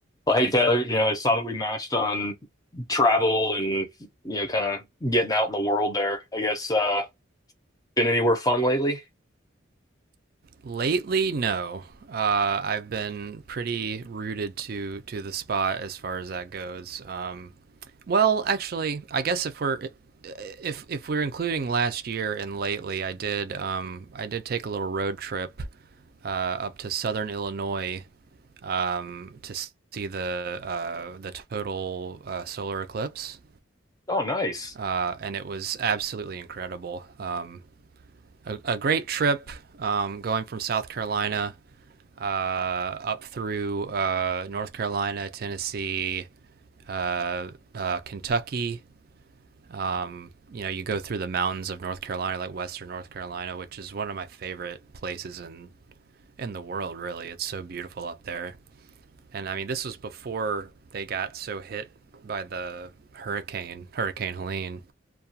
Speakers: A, on the left; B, on the right.
A: Well, hey Taylor, you know, I saw that we matched on travel and you know, kind of getting out in the world there. I guess uh been anywhere fun lately?
B: Lately, no. Uh, I've been pretty rooted to to the spot as far as that goes. Um, well, actually, I guess if we're if if we're including last year and lately, I did um, I did take a little road trip uh, up to Southern Illinois um, to see the uh, the total uh, solar eclipse,
A: Oh, nice.
B: uh, and it was absolutely incredible. Um, a, a great trip um, going from South Carolina uh, up through uh, North Carolina, Tennessee, uh, uh, Kentucky. Um, you know, you go through the mountains of North Carolina, like Western North Carolina, which is one of my favorite places in in the world. Really, it's so beautiful up there. And I mean, this was before they got so hit by the hurricane, Hurricane Helene.